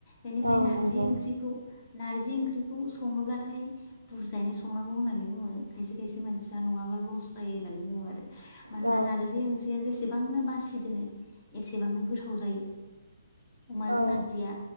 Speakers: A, on the left; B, on the right.
A: बेनिफ्राय
B: औ
A: नारजि
B: नंगौ
A: ओंख्रिखौ नारजि ओंख्रिखौ सङोब्लाथाय बुरजायैनो संङ संनांगौ होननानै बुङो खायसे खायसे मानसिफ्रा नङाबा लस जायो होननानै बुङो आरो मानोना
B: औ
A: नारजि ओंख्रिया जेसेबांनो बासिदोनो एसेबांनो गोथाव जायो। अमाजों
B: औ
A: नारजिया